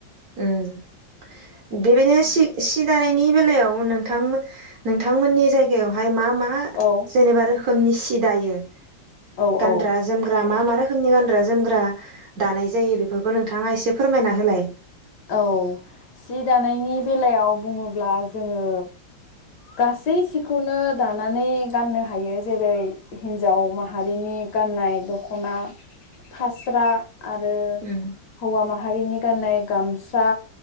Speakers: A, on the right; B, on the left.
A: उम बेबायदिनो सि सि दानायनि बेलायाव नों थां नोंथांमोननि जायगायावहाय मा मा
B: औ
A: जेनेबा रोखनि सि सिदायो?
B: औ
A: गानद्रा
B: औ
A: जोमग्रा मा मा रोखोमनि गान ग्रा जोमग्रा दानाय जायो बेफोरखौ नोंथाङा एसे फोरमायना होलाय।
B: औ सि दानायनि बेलायाव बुङोब्ला जोङो गासै सिखौनो दानानै गाननो हायो जेरै हिन्जाव माहारिनि गाननाय दखना फास्रा आरो
A: उम
B: हौवा माहा हारिनि गाननाय गामसा